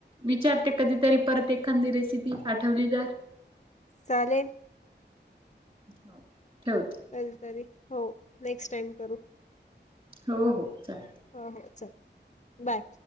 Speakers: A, on the right; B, on the left.
A: विचारते कधीतरी परत एखादी रेसिपी आठवली तर
B: चालेल.
A: हो ठेवते.
B: कल तरी हो नेक्स्ट टाइम करू.
A: हो हो चालेल.
B: हो हो चालत बाय.